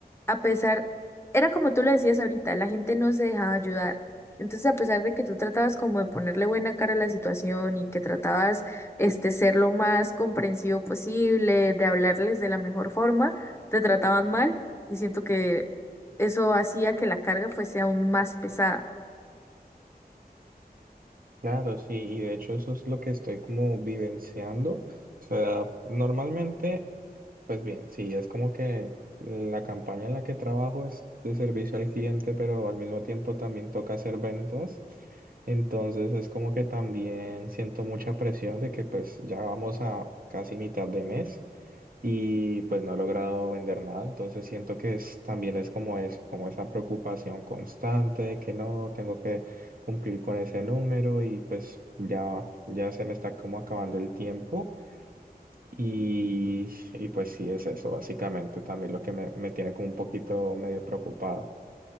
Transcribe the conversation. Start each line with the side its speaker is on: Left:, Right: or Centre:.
Left: a pesar, era como tú lo decías ahorita, la gente no se dejaba ayudar. Entonces, a pesar de que tú tratabas como de ponerle buena cara a la situación y que tratabas este ser lo más comprensivo posible, de hablarles de la mejor forma, te trataban mal y siento que eso hacía que la carga fuese aún más pesada.
Right: Claro, sí, y de hecho eso es lo que estoy como vivenciando. O sea, normalmente, pues bien, sí, es como que la campaña en la que trabajo es de servicio al cliente, pero al mismo tiempo también toca hacer ventas. Entonces es como que también siento mucha presión de que pues ya vamos a casi mitad de mes. y pues no he logrado vender nada, entonces siento que es, también es como eso, como esa preocupación constante de que no, tengo que cumplir con ese número y pues ya, ya se me está como acabando el tiempo y, y pues sí es eso, básicamente también lo que me, me tiene como un poquito medio preocupado.